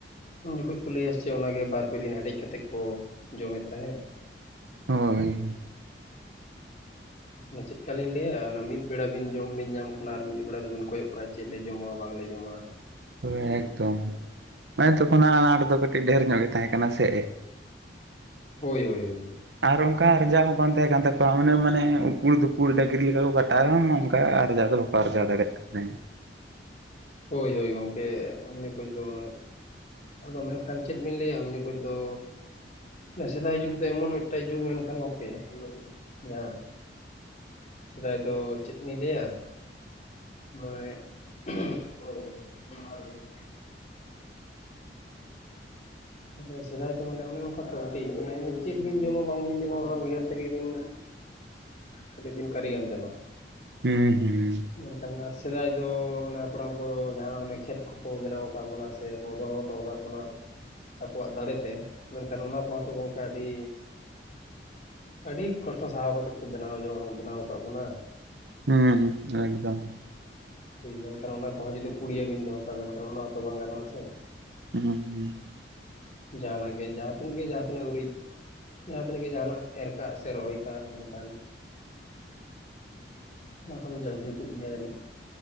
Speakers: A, on the left; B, on the right.
A: ᱩᱱ ᱡᱚᱠᱷᱚᱡ ᱠᱚ ᱞᱟᱹᱭᱟᱥᱪᱮ ᱚᱱᱟᱜᱮ ᱵᱟᱨᱯᱮ ᱫᱤᱱ ᱦᱮᱰᱮᱡ ᱠᱟᱛᱮᱫ ᱠᱚ ᱡᱚᱢᱮᱜ ᱛᱟᱦᱮᱸ ᱾
B: ᱦᱳᱭᱻ
A: ᱪᱮᱫᱠᱟᱞᱤᱧ ᱞᱟᱹᱭᱟ? ᱚᱱᱟ ᱢᱤᱫ ᱵᱮᱲᱟ ᱵᱤᱱ ᱡᱚᱢ ᱵᱤᱱ ᱧᱟᱢ ᱠᱷᱟᱱ ᱟᱨ ᱢᱤᱫ ᱵᱮᱲᱟ ᱫᱚᱵᱤᱱ ᱠᱚᱭᱚᱜ ᱠᱟᱜᱼᱟ, ᱪᱮᱫ ᱞᱮ ᱡᱚᱢᱟ ᱵᱟᱝᱞᱮ ᱡᱚᱢᱟ ᱾
B: ᱦᱚᱭ ᱮᱠᱫᱚᱢ ᱢᱟᱱᱮ ᱛᱚᱠᱷᱚᱱᱟ ᱟᱸᱴ ᱫᱚ ᱠᱟᱹᱴᱤᱡ ᱰᱷᱮᱨ ᱧᱚᱜ ᱜᱮ ᱛᱟᱦᱮᱸ ᱠᱟᱱᱟ ᱥᱮ
A: ᱦᱳᱭ-ᱭᱚᱭ-ᱭᱚᱭ ᱾
B: ᱟᱨ ᱚᱱᱠᱟ ᱟᱨᱡᱟᱣ ᱦᱚᱸ ᱵᱟᱝ ᱛᱟᱦᱮᱸ ᱠᱟᱱ ᱛᱟᱠᱚᱣᱟ, ᱚᱱᱮ ᱢᱟᱱᱮ ᱩᱠᱩᱲ ᱫᱷᱩᱠᱩᱲ ᱰᱟᱜᱨᱤ ᱞᱮᱠᱟ ᱠᱚ ᱠᱷᱟᱴᱟ ᱨᱮᱦᱚᱸ ᱚᱱᱠᱟ ᱟᱨᱡᱟᱣ ᱫᱚ ᱯᱟᱨᱡᱟ ᱫᱟᱲᱮᱜ ᱠᱟᱹᱱᱟᱹᱧ ᱾
A: ᱦᱳᱭ ᱦᱳᱭ ᱜᱚᱝᱠᱮ ᱩᱱ ᱡᱚᱠᱷᱚᱡ ᱫᱚ ᱩᱱᱟᱹᱜ ᱟᱫᱚ ᱢᱮᱱᱠᱷᱟᱱ ᱪᱮᱫ ᱵᱤᱱ ᱞᱟᱹᱭᱟ ᱩᱱ ᱡᱚᱠᱷᱚᱡ ᱫᱚ ᱥᱮᱫᱟᱭ ᱡᱩᱜᱽ ᱫᱚ ᱮᱢᱚᱱ ᱢᱤᱜᱴᱟᱡ ᱡᱩᱜᱽ ᱢᱮᱱᱠᱷᱟᱱ ᱜᱚᱝᱠᱮ ᱡᱟᱦᱟᱸ ᱥᱮᱫᱟᱭ ᱫᱚ ᱪᱮᱜ ᱵᱤᱱ ᱞᱟᱹᱭᱟ ᱢᱚᱭᱮ <inaudible> ᱡᱚᱦᱟᱨ ᱜᱮ ᱾ ᱢᱟᱱᱮ ᱥᱮᱫᱟᱭ ᱫᱚ ᱢᱟᱱᱮ ᱚᱱᱮ ᱚᱱᱠᱟ ᱛᱚ ᱠᱟᱹᱴᱤᱡ ᱢᱟᱱᱮ ᱪᱮᱫ ᱵᱤᱱ ᱡᱚᱢᱟ ᱵᱟᱝᱵᱤᱱ ᱡᱚᱢᱟ? ᱚᱱᱟ ᱩᱭᱦᱟᱹᱨ ᱛᱮᱜᱮ ᱵᱤᱱ
B: <unintelligible>
A: ᱠᱟᱹᱴᱤᱜ ᱵᱤᱱ ᱠᱟᱨᱤ ᱜᱟᱢ ᱪᱟᱵᱟᱜᱼᱟ ᱾
B: ᱦᱩᱸ ᱦᱩᱸ ᱾
A: ᱢᱮᱱᱠᱷᱟᱱ ᱟᱨ ᱥᱮᱫᱟᱭ ᱫᱚ ᱢᱟᱱᱮ ᱦᱟᱯᱲᱟᱢ ᱠᱚ ᱡᱟᱦᱟᱸ ᱚᱱᱮ ᱠᱷᱮᱛ ᱠᱚᱠᱚ ᱵᱮᱱᱟᱣ ᱟᱠᱟᱫ ᱵᱚᱱᱟ ᱥᱮ ᱥᱮ ᱠᱚ ᱫᱚᱦᱚ ᱦᱚᱴᱚ ᱠᱟᱜ ᱵᱚᱱᱟ ᱟᱠᱚᱣᱟᱜ ᱫᱟᱲᱮᱛᱮ ᱢᱮᱱᱠᱷᱟᱱ ᱚᱱᱟ ᱠᱚᱦᱚᱸ ᱛᱚ ᱜᱚᱢᱠᱮ ᱟᱹᱰᱤᱼᱼ ᱟᱹᱰᱤ ᱠᱚᱥᱴᱚ ᱥᱟᱦᱟᱣ ᱠᱟᱛᱮᱫ ᱠᱚ ᱵᱮᱱᱟᱣ ᱡᱚᱝ ᱵᱮᱱᱟᱣ ᱟᱠᱟᱫ ᱵᱚᱱᱟ ᱾
B: ᱦᱮᱸ ᱦᱮᱸ ᱮᱠᱫᱚᱢ ᱾
A: ᱢᱮᱱᱠᱷᱟᱱ ᱚᱱᱟ ᱠᱚᱦᱚᱸ ᱡᱩᱫᱤ ᱯᱩᱲᱤᱭᱟᱹ ᱵᱮᱱ ᱫᱚᱦᱚ ᱠᱟᱜᱼᱟ ᱢᱮᱱᱠᱷᱟᱱ ᱚᱱᱟ ᱦᱚᱸᱛᱚ ᱵᱟᱝ ᱜᱟᱱᱚᱜᱼᱟ ᱥᱮ ᱾
B: ᱦᱩᱸ ᱦᱩᱸ ᱾
A: ᱡᱟᱦᱟᱱᱟᱜ ᱜᱮ ᱡᱟᱦᱟᱸ ᱛᱤᱱᱟᱹᱜ ᱜᱮ ᱡᱟᱦᱟᱸᱛᱤᱱᱟᱹᱜ ᱩᱨᱤᱡᱼᱼ ᱡᱟᱦᱟᱸ ᱛᱤᱱᱟᱹᱜ ᱜᱮ ᱡᱟᱦᱟᱱᱟᱜ ᱮᱨ ᱠᱟᱜ ᱥᱮ ᱨᱚᱦᱚᱭ ᱠᱟᱜ ᱢᱮᱱᱠᱷᱟᱱᱼᱼ ᱚᱱᱟ ᱠᱚᱫᱚ ᱡᱟᱹᱠ ᱡᱩᱛᱩᱜ ᱜᱮᱭᱟ ᱡᱟᱹᱱᱤᱡ ᱾